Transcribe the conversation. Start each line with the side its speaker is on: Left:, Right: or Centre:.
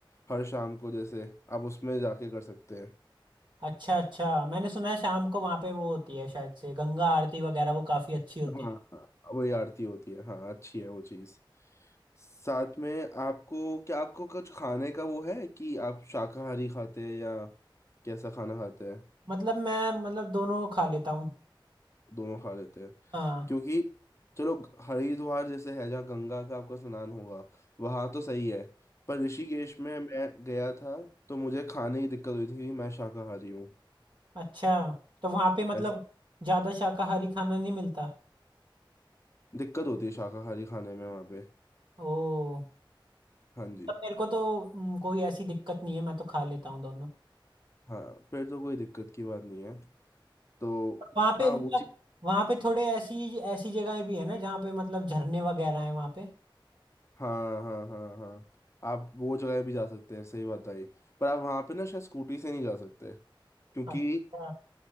Left: हर शाम को जैसे आप उसमें जाके कर सकते हैं
Right: अच्छा अच्छा मैंने सुना है शाम को वहाँ पे वो होती है शायद से गंगा आरती वगैरह वो काफ़ी अच्छी होती
Left: हाँ
Right: है
Left: हाँ वही आरती होती है हाँ अच्छी है वो चीज़ साथ में आपको क्या आपको कुछ खाने का वो है कि आप शाकाहारी खाते हैं या कैसा खाना खाते हैं
Right: मतलब मैं मतलब दोनों खा लेता हूँ
Left: दोनों खा लेते हैं
Right: हाँ
Left: क्योंकि चलो हरिद्वार जैसे है जहाँ गंगा का आपका स्नान होगा वहां तो सही है पर ऋषिकेश में मैं गया था तो मुझे खाने की दिक्कत हुई थी क्योंकि मैं शाकाहारी हूँ
Right: अच्छा तो वहाँ पे मतलब
Left: ऐसे
Right: ज़्यादा शाकाहारी खाना नहीं मिलता
Left: दिक्कत होती है शाकाहारी खाने में वहाँ पे
Right: ओ
Left: हाँ जी
Right: पर मेरे को तो हम्म, कोई ऐसी दिक्कत नहीं है मैं तो खा लेता हूँ दोनों
Left: हाँ फिर तो कोई दिक्कत की बात नहीं है तो
Right: पर वहाँ पे
Left: हाँ
Right: मतलब
Left: वो चीज
Right: वहाँ पे थोड़े ऐसी ऐसी जगहें भी है ना जहाँ पे मतलब झरने वगैरह हैं वहाँ पे
Left: हाँ हाँ हाँ हाँ आप वो जगह भी जा सकते हैं सही बात आई पर आप वहाँ पे ना शायद स्कूटी से नहीं जा सकते क्योंकि
Right: अच्छा